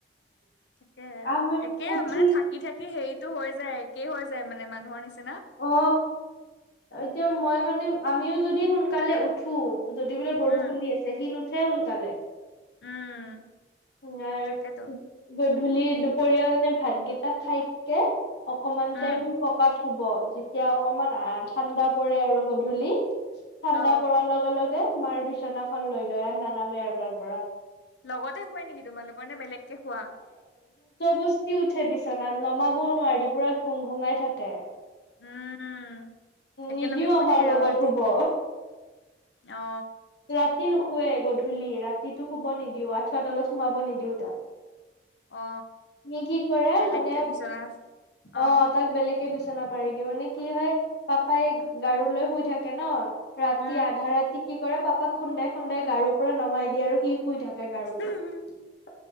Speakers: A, on the left; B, on the left.
A: তাকেহে
B: আমি
A: একে
B: উঠি
A: মানে থাক, থাকি থাকি হেৰিতটো হৈ যায় একেই হৈ যায় মানে মানুহৰ নিচিনা।
B: অ এতিয়া মই মানে আমিও যদি সোনকালে উঠো। যদি বোলে বৰষুণ
A: উম
B: দি আছে সি নুঠে সোনকালে।
A: উম
B: <unintelligible>
A: তাকেতো
B: গধূলি দুপৰীয়া মানে ভাতকেইটা খাইকে, অকমান টাইম
A: উম
B: পকাত হুব। এতিয়া অকমান ঠাণ্ডা পৰে আৰু গধূলি ঠাণ্ডা
A: অ
B: পৰাৰ লগে লগে। মাৰ বিচনাখন লৈ লয় আৰু নানামে আৰু তাৰ পৰা।
A: লগতে শুৱে নেকি তোমালোকৰ নে বেলেগকে শুৱা
B: বস্তি উঠে বিচনাত নমাবও নোৱাৰি পুৰা ঘুং ঘুঙাই থাকে।
A: উম একেলগে
B: নিদিও
A: শুই
B: আমাৰ
A: থাকে
B: লগত
A: আৰু ৰাতি
B: শুব
A: অ
B: ৰাতি নুশুৱে গধূলি ৰাতিটো শুব নিদিও আঠুৱা তলত সোমাব নিদিও তাক।
A: অ
B: সি কি কৰে
A: বেলেগকে
B: মানে
A: বিচনা অ
B: আহ, তাক বেলেগে বিচনা পাৰি দিওঁ মানে কি হয় পাপাই গাৰু লৈ শুই থাকে ন। ৰাতি
A: উম
B: আধা ৰাতি কি কৰে পাপাক খুন্দাই খুন্দাই গাৰুৰ পৰা নমাই দিয়ে আৰু সি, শুই থাকে, গাৰুটোত।
A: উম